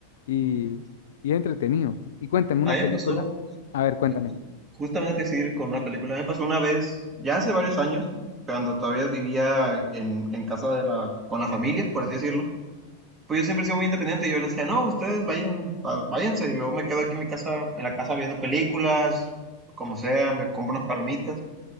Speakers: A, on the left; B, on the right.
A: y,
B: Ujú.
A: y es entretenido. Y cuéntame una
B: A mí
A: película,
B: me pasó,
A: a ver, cuéntame.
B: eh, justamente decir con una película, a mí me pasó una vez, ya hace varios años, cuando todavía vivía en, en casa de la, con la familia, por así decirlo. Pues yo siempre he sido muy independiente, yo les decía, no, ustedes vayan, va- váyanse, yo me quedo aquí en mi casa, en la casa viendo películas, como sea, me compro unas palomitas.